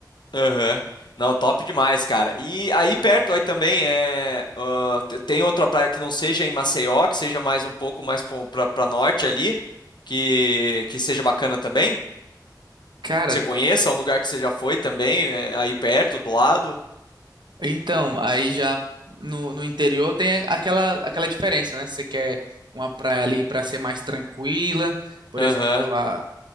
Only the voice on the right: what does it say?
Cara,
Então, aí já no, no interior tem aquela, aquela diferença, né? Se você quer uma praia ali para ser mais tranquila, por
exemplo, a,